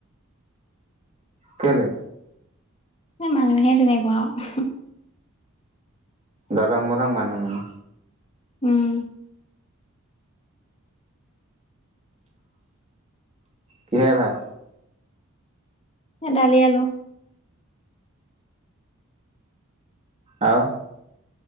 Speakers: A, on the right; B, on the left.
A: কেলে?
B: এই মানুহে তেনেকুৱা অ'।
A: যধং মধং মানুহ মানে।
B: উম।
A: কিহে ভাত?
B: এই দালি আলু।
A: আৰু